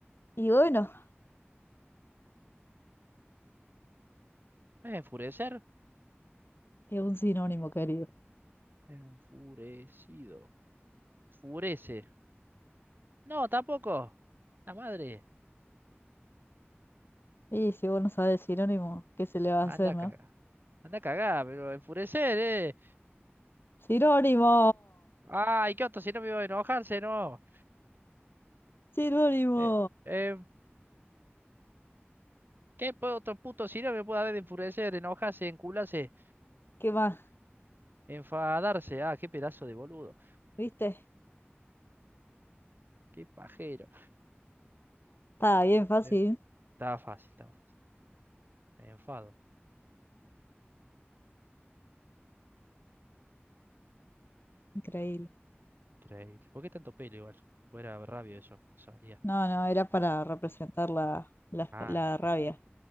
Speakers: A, on the left; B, on the right.
A: Y bueno,
B: ¿Enfurecer?
A: es un sinónimo, querido.
B: Enfurecido. Furece. No, tampoco. La madre.
A: Y si vos no sabes sinónimo, ¿qué se le va
B: Anda
A: a hacer,
B: a
A: no?
B: cagar. Anda a cagar, pero enfurecer, eh.
A: ¡Sinónimo!
B: Ay, qué otro sinónimo de enojarse, no.
A: ¡Sinónimo!
B: Eh, eh, ¿qué po- otro puto sinónimo puede haber de enfurecer, enojarse, encularse,
A: ¿Qué más?
B: enfadarse? Ah, qué pedazo de boludo.
A: ¿Viste?
B: Qué pajero.
A: Estaba bien fácil.
B: Eh, Estaba fácil, estaba fácil. Me enfado.
A: Increíble.
B: Increíble. ¿Por qué tanto pelo igual? Fuera rabio eso. Salía.
A: No, no, era para representar la, la,
B: Ah,
A: la
B: ok.
A: rabia.